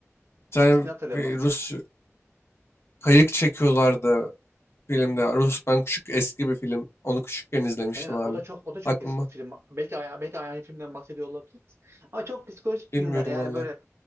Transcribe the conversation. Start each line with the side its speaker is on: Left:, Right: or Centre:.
Left: Bir tane
Right: Filmin ismini hatırlayamadım.
Left: bir Rus kayık çekiyorlardı filmde. Rus ben küçük eski bir film. Onu küçükken izlemiştim
Right: Aynen
Left: abi.
Right: o da çok o da çok
Left: Aklıma.
Right: eski film. Belki belki aynı filmden bahsediyor olabiliriz. Ama çok psikolojik
Left: Bilmiyorum
Right: filmler yani
Left: valla.
Right: böyle